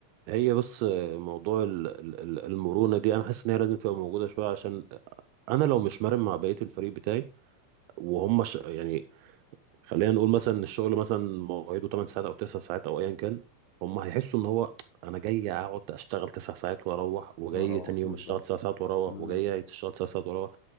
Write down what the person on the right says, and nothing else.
هي بس موضوع ال- ال- ال- المرونة دي انا حاسس ان هي لازم تبقى موجودة شوية عشان انا لو مش مرن مع بقية الفريق بتاعي وهم ش... يعني خلينا نقول مثلا إن الشغل مثلا مواعيده 8 ساعات او 9 ساعات او ايا كان هم هيحسوا ان هو انا جاي اقعد اشتغل 9 ساعات واروح وجاي
تاني يوم
اشتغل 9 ساعات واروح
وجاي اشتغل 9 ساعات واروح